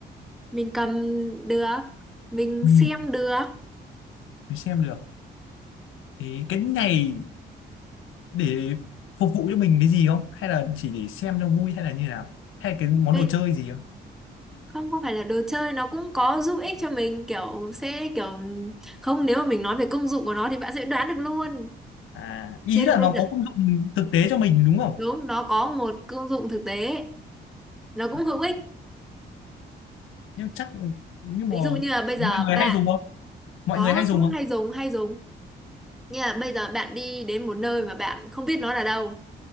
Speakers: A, in the centre; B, on the left.
A: mình cầm được mình
B: ừ,
A: xem được
B: mình xem được thế cái này để phục vụ cho mình cái gì không hay là chỉ để xem cho vui hay là như nào hay là cái món
A: Đấy,
B: đồ chơi gì không
A: không có phải là đồ chơi nó cũng có giúp ích cho mình kiểu sẽ kiểu không nếu mà mình nói về công dụng của nó thì bạn sẽ đoán được luôn
B: à ý
A: thế thì
B: là
A: bây
B: nó
A: giờ
B: có công dụng thực tế cho mình đúng không
A: đúng nó có một công dụng thực tế nó cũng
B: à,
A: hữu ích
B: nhưng chắc nhưng
A: ví
B: mà
A: dụ như là bây
B: mọi
A: giờ bạn
B: người hay dùng không mọi
A: có
B: người hay dùng
A: cũng
B: không
A: hay dùng hay dùng Như là bây giờ bạn đi đến một nơi mà bạn không biết nó là đâu